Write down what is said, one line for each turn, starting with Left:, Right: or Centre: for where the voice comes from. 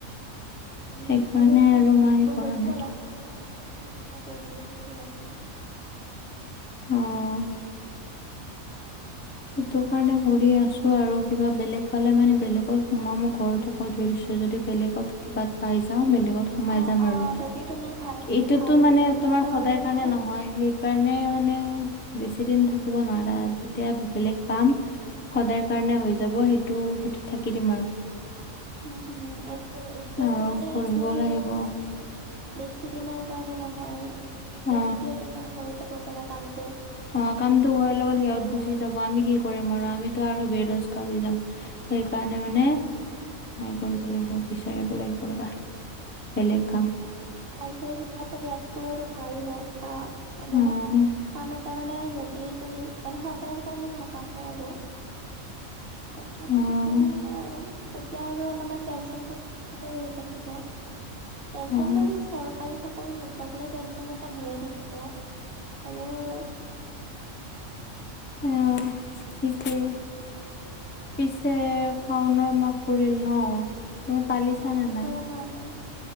Right: উম
Left: সেইকাৰণে
Right: আৰু এতিয়া
Left: মই
Right: বহুত
Left: কৰা নাই
Right: পঢ়া শুনা মানুহ ধৰি লোৱা বহি আছে দিয়াচোন।
Left: উম। সেইটো কাৰণে কৰি আছো আৰু কিবা বেলেগ পালে মানে বেলেগত সোমোৱা ম ঘৰতো কৈ থৈ দিছো যদি বেলেগত কিবাত পাই যাও বেলেগত সোমাই
Right: অ
Left: যাম
Right: অ
Left: আৰু।
Right: যদি তুমি ভাল
Left: এইটোততো
Right: ভাল
Left: মানে
Right: কিবা এটা
Left: তোমাৰ
Right: পোৱা
Left: সদায়
Right: সেইটো
Left: সেইকাৰণে
Right: পাই
Left: নহয়, সেইকাৰণে মানে বেছি দিন থাকিব নোৱাৰা যেতিয়া বেলেগ পাম, সদায় কাৰণে হৈ যাব। সেইটো সেইটোত থাকি দিম আৰু।
Right: উম হুম, এটো এতিয়াতো
Left: আৰু
Right: মানে
Left: পঢ়িব
Right: এইটো সেই
Left: লাগিব
Right: <unintelligible> দুদিনৰ কাৰণে নহয়, যেতিয়াই
Left: অ
Right: তেতিয়াই তোমাৰ হৈ যাব পাৰে কামটো।
Left: অ', কামটো হোৱাৰ লগত সিহঁত গুচি
Right: অ
Left: যাব আমি কি কৰিম আৰু আমিতো আৰু বেৰজগাৰ হৈ যাম। সেইকাৰণে মানে এই কৰিব লাগিব, বিচাৰিব লাগিব ৰ'বা। বেলেগ কাম।
Right: মানে ভাল <unintelligible> কিবা এটা ইয়াতকৈ আৰু ভাল হওক বা মানে
Left: অ',
Right: কাম এট তাৰ মানে যদি তুমি, মানে সদায় কাৰণে থাকাকে আৰু। কথা এটা
Left: অ',
Right: বিচাৰি ল'লে আৰু তেতিয়া আৰু অলপমান টেনচনটো হে হৈ থাকিব। টেনচন
Left: অ',
Right: বাৰু চৰকাৰী চাকৰি নুপ অকলে টেঞ্চন এটা হৈয়ে থাকিব। হ'লেওঁ আৰু
Left: এহ তাকে, পিছে শাওঁনৰ মাহ পৰিল ন? তুমি পালিছানে
Right: অ' আজিৰ
Left: নাই
Right: পৰা শাওঁনৰ মাহ,